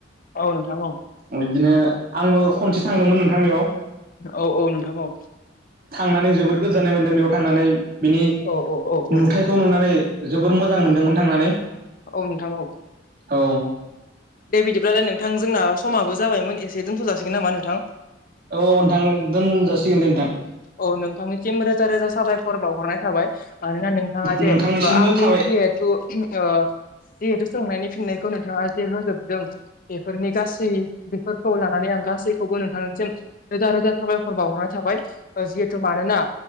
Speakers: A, on the left; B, on the right.
A: औ नोंथां औ
B: बिदिनो आंबो खनसे थांदोंमोन नोंथां बियाव।
A: औ औ नोंथां औ
B: थांनानै जोबोर गोजोननाय मोनदों बेयाव थांनानै बिनि
A: औ औ औ औ
B: नुथायखौ नुनानै जोबोर मोजां मोनदोंमोन थांनानै।
A: औ नोंथां औ।
B: औ
A: दे बिदिब्लालाय नोंथां जोंना समाबो जाबायमोन एसे दोनथ' जासिगोन नामा नोंथां?
B: औ नोंथां दोनजासिगोन दे नोंथां
A: औ नोंथांनिसिम रोजा रोजा साबायखर बावहरनाय थाबाय। मानोना नोंथाङा जे
B: नोंथांनिसिमबो
A: ओ आंनि
B: थाबाय
A: जिहेथु ओ जिहुथु सोंनायनि फिननायखौ नोंथाङा जे होजोबदों बेफोरनि गासै बेफोरखौ लानानै आं गासैखौ <unintelligible> नोंथांसिम रोजा रोजा साबायख'र बावहरनाय थाबाय। जिहेथु मानोना